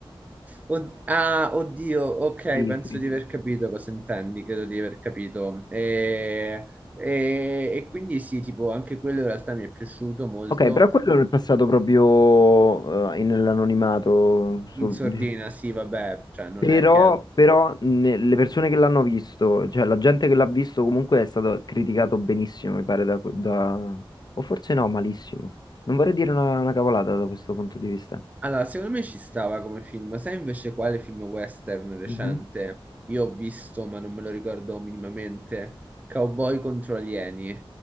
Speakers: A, on the right; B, on the left.
A: Od- ah, oddio, ok,
B: Sì,
A: penso
B: sì.
A: di aver capito cosa intendi, credo di aver capito. E, e- e quindi sì, tipo, anche quello in realtà mi è piaciuto molto.
B: Ok, però quello è passato proprio eh, in- nell'anonimato, sul-
A: In sordina,
B: diciamo.
A: sì, vabbè, cioè non
B: Però,
A: è che è
B: però ne- le persone che l'hanno visto, cioè la gente che l'ha visto comunque è stato criticato benissimo, mi pare, da, que- da- o forse no, malissimo. Non vorrei dire una, una cavolata da questo punto di vista.
A: Allora, secondo me ci stava come film. Sai invece quale film western recente?
B: Mhm.
A: Io ho visto, ma non me lo ricordo minimamente. Cowboy contro alieni,